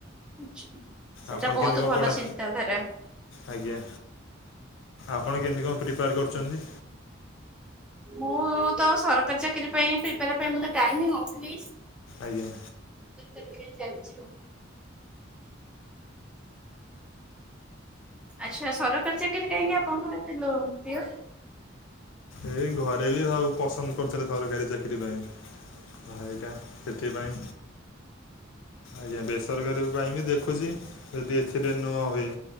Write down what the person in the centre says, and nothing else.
<inaudible> ସେଟା
ବହୁତୁ
ଭଲ
ଚିନ୍ତାଧାରା।
ମୁଁ ତ ସରକାରୀ ଚାକିରି ପାଇଁ ପ୍ରିପେଆର୍ ପାଇଁ ମୋତେ ଟାଇମି ହଉନି।
<inaudible> ଚାଲିଛି ଆଉ। ଆଚ୍ଛା ସରକାରୀ ଚାକିରି କାହିଁକି ଆପଣଙ୍କୁ ଏତେ <unintelligible>